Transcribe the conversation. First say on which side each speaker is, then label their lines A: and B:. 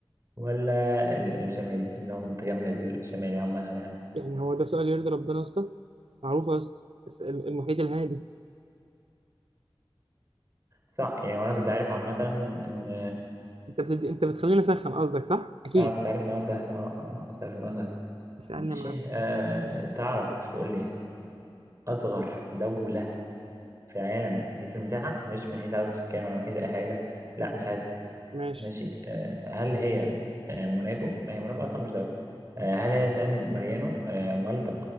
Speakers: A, on the right; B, on the right.
A: ولا ال- الشمالي اللي هو متجمد الشمالي عامة يعني
B: يعني هو ده سؤال يرضي ربنا يا اسطى معروفة يا اسطى بس ال- المحيط الهادي
A: صح يعني وأنا كنت عارف عامة إن
B: انت بتد... انت بتخليني اسخن قصدك صح؟ اكيد
A: اه كنت عارف ان هو سهل اه اه آه، كنت عارف ان هو سهل
B: اسالني
A: ماشي
B: يا معلم
A: آه تعرف تقول لي اصغر دولة في العالم من حيث المساحة مش من حيث عدد السكان ولا من حيث اي حاجة لا مساحتها
B: ماشي
A: ماشي آه هل هي آه موناكو ما هي موناكو اصلا مش دولة آه هل هي سان ماريانو آه مالطا